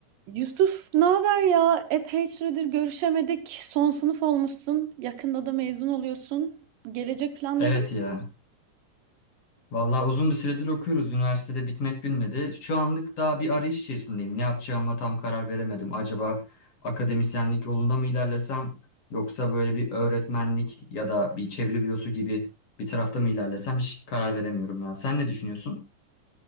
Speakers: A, on the right; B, on the left.
A: Yusuf, ne haber ya? Epey süredir görüşemedik. Son sınıf olmuşsun. Yakında da mezun oluyorsun. Gelecek planların
B: Evet ya.
A: nedir?
B: Vallahi uzun bir süredir okuyoruz. Üniversitede bitmek bilmedi. Şu anlık daha bir arayış içerisindeyim. Ne yapacağıma tam karar veremedim. Acaba akademisyenlik yolunda mı ilerlesem yoksa böyle bir öğretmenlik ya da bir çeviri bürosu gibi bir tarafta mı ilerlesem hiç karar veremiyorum ya. Sen ne düşünüyorsun?